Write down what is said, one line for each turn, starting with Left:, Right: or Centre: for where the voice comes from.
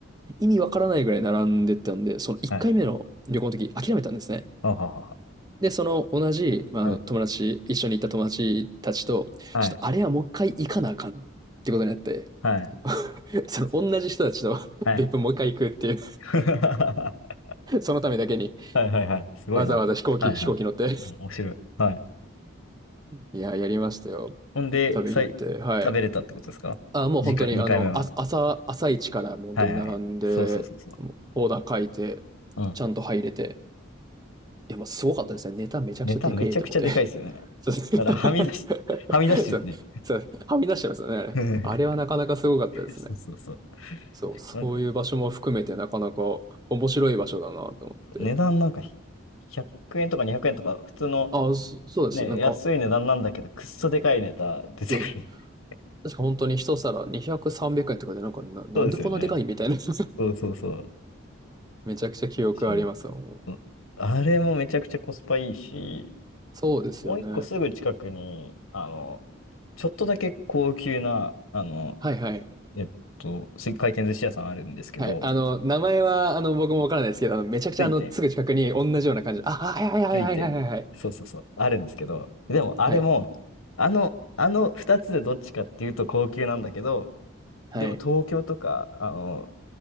Right: 意味わからないぐらい並んでたんで、その1回目の旅行の時諦めたんですね。
Left: はい。あははは。
Right: で、その同じ、まあ、
Left: うん
Right: あの友達、一緒に行った友達たちと、
Left: はい。
Right: ちょっとあれはもう一回行かなあかんってことになって、
Left: はい。
Right: <laughs> その同じ人たちと別府もう一回行くってい
Left: はい。<laughs>
Right: う、そのためだけに
Left: はいはいはい。すごいな。
Right: わざわざ飛行機、
Left: はいはい。
Right: 飛行機乗って
Left: うん面白い。はい。
Right: いや、やりましたよ。
Left: ほんで、
Right: 旅行って。
Left: さい、
Right: はい。
Left: 食べれたってことですか次回、
Right: あ、もう本当に、
Left: 2回目は。
Right: あの、あ、朝、朝一からもう本当に並んで、
Left: はいはい。そうそうそうそ
Right: もうオーダー書いて、
Left: う。うん。
Right: ちゃんと入れて。いや、もうすごかったですね。ネタめちゃくちゃでけえと思って。
Left: ネタめちゃくちゃでかいですよね。
Right: <laughs> そうです
Left: だからはみ出し、
Right: <laughs>
Left: <laughs> はみ出してるね。
Right: そう、そう、はみ出してますよね。あれあれはなかなかすごかったですね。
Left: <laughs> そうそうそう。
Right: そう、そういう場所も含めてなかなか面白い場所だなと思って。
Left: なんか、ん値段なんかひ100円とか200円とか、普通の
Right: あ、そ、そうです。
Left: ね、
Right: なんか、
Left: 安い値段なんだけど、くっそでかいネタ出てくる。
Right: そう、
Left: <laughs>
Right: 確か本当に一皿200、300円とかで、なんかな、なんでこんなでかいみたいな。
Left: そうですよね。
Right: <laughs>
Left: そうそうそう。
Right: めちゃくちゃ記憶ありますわもう
Left: 面白い。そうあれもめちゃくちゃコスパいいし、
Right: そうですよね。
Left: もう一個すぐ近くに、あの、ちょっとだけ高級な、あの、
Right: はいはい。
Left: えっと、す回転寿司屋さんあるんですけど、
Right: はい。あの、名前は、あの、僕もわからないですけど、あの、めちゃくちゃ、
Left: 水天。
Right: あの、すぐ近くに同じような感じ。あ、はいはいはいはいはいはいはい。
Left: ついてんねそうそうそう。あるんですけど。でも、あれも、
Right: はい。
Left: あの、あの二つでどっちかっていうと高級なんだけど、
Right: はい。
Left: でも東京とか、あの、